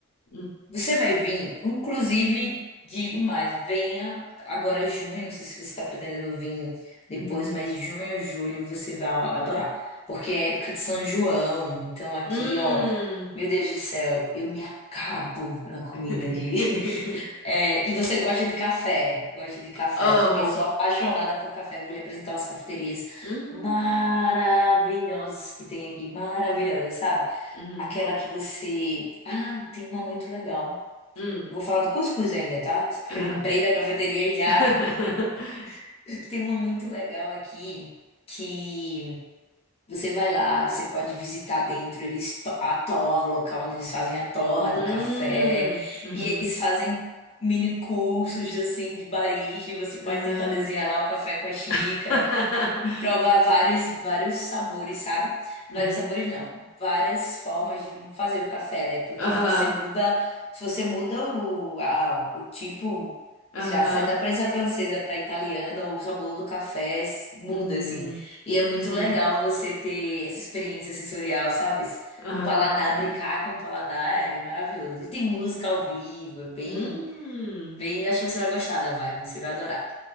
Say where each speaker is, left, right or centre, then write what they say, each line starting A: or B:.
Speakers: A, on the left (about 75°); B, on the left (about 30°).
A: hum,
B: Você vai vir, inclusive, digo mais, venha agora junho, não sei se você está pretendendo vir depois,
A: uhum.
B: mas junho ou julho você vai adorar, porque é época de São João, então aqui,
A: Hum.
B: ó, meu Deus do céu, eu me acabo na comida
A: <laughs>
B: aqui. <laughs> É, e você gosta de café? Gosta de café?
A: Amo.
B: Também sou apaixonada por café. Vou lhe apresentar umas cafeterias
A: Hum,
B: maravilhosas que tem aqui, maravilhosas, sabe?
A: uhum,
B: Aquela que você, ah, tem uma muito legal.
A: hum,
B: Eu vou falar do cuscuz ainda, tá? Porque
A: aham.
B: eu lembrei da cafeteria já.
A: <laughs>
B: <laughs> Tem uma muito legal aqui que você vai lá, você pode visitar dentro, eles to- a torra, o local onde eles fazem a torra
A: Hum,
B: do café,
A: uhum,
B: e eles fazem mini cursos assim de barista, e você pode
A: ah.
B: tentar desenhar lá o café com a xícara.
A: <laughs>
B: E provar vários, vários sabores, sabe?
A: Uhum,
B: Vários sabores não, várias formas de como fazer o café, né? Porque
A: aham,
B: você muda, se você muda o, a- o tipo,
A: aham,
B: sei lá, sai da prensa francesa para italiana, o sabor do café s- muda,
A: uhum,
B: assim. E é muito
A: sim,
B: legal você ter essa experiência sensorial, sabe?
A: aham,
B: No paladar, brincar com o paladar é maravilhoso. E tem música ao vivo, é bem,
A: hum,
B: bem, eu acho que você vai gostar da vibe, você vai adorar.